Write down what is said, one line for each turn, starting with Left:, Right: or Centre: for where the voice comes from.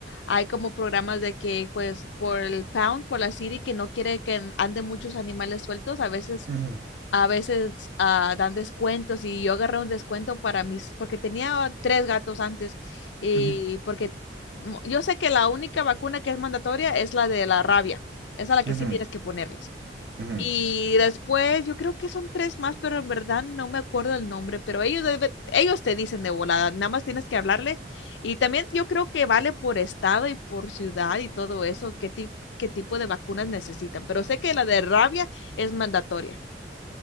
Left: hay como programas de que pues por el pound, por la city, que no quiere que an- anden muchos animales sueltos, a veces,
Right: ujú,
Left: a veces ah, dan descuentos y yo agarré un descuento para mis, porque tenía tres gatos antes y
Right: ujú,
Left: porque mm, yo sé que la única vacuna que es mandatoria es la de la rabia, esa es la que
Right: ujú,
Left: sí tienes que ponerles.
Right: ujú.
Left: Y después, yo creo que son tres más, pero en verdad no me acuerdo el nombre, pero ellos, debe- ellos te dicen de volada, nada más tienes que hablarle. Y también yo creo que vale por estado y por ciudad y todo eso, qué, ti- qué tipo de vacunas necesitan. Pero sé que la de rabia es mandatoria.